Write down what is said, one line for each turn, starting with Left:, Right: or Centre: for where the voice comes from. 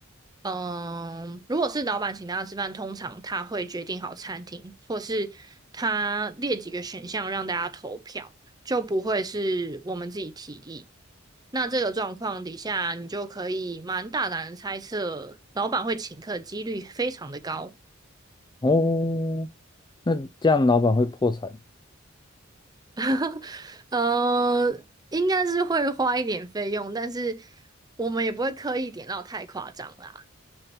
Right: 嗯，如果是老板请大家吃饭，通常他会决定好餐厅，或是他列几个选项让大家投票，就不会是我们自己提议。那这个状况底下，你就可以蛮大胆的猜测，老板会请客的几率非常的高。
Left: 哦。那这样老板会破产？
Right: <laughs> 呃，应该是会花一点费用，但是我们也不会刻意点到太夸张啦。